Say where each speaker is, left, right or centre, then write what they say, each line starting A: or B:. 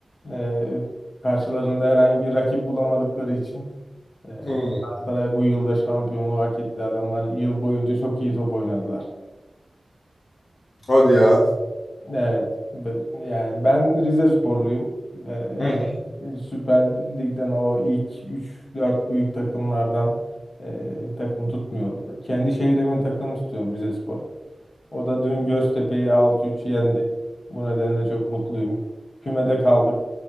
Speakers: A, on the left (about 65°); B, on the left (about 85°).
A: e, karşılarında herhangi bir rakip bulamadıkları için e,
B: Hmm,
A: Galatasaray bu yılda şampiyonluğu hak etti. Adamlar yıl boyunca çok iyi top oynadılar.
B: hadi ya.
A: Evet. Ben, yani ben Rizesporluyum. Ee,
B: Hı hı.
A: Süper Lig'den o ilk üç dört büyük takımlardan e, takım tutmuyorum. Kendi şehrimin takımını tutuyorum Rizespor. O da dün Göztepe'yi 6 üç yendi. Bu nedenle çok mutluyum. Kümede kaldık.